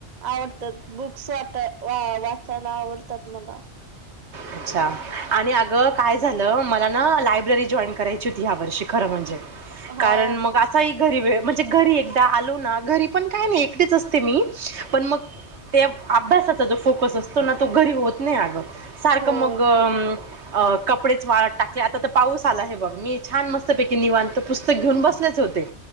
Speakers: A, on the right; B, on the right.
A: आवडतात बुक्स वाटाय वा वाचायला आवडतात मला.
B: अच्छा आणि आगं काय झालं? मला ना लायब्ररी जॉईन करायची होती, ह्या वर्षी खरं म्हणजे
A: हा
B: कारण मग आ घरी वेळ म्हणजे घरी एकदा आलो ना घरी पण काय नाही एकटीच असते मी, पण मग ते अभ्यासाचा जो फोकस असतो ना, तो घरी होत नाही आगं. सारखं
A: होय
B: मग अ म अ कपडेच वाळत टाकले आता तर पाऊस आला हे बघ, मी छान मस्तपैकी निवांत पुस्तक घेऊन बसलेच होते